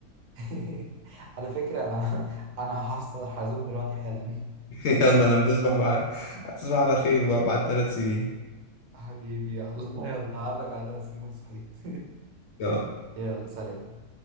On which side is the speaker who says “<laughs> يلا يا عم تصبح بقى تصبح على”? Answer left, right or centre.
Left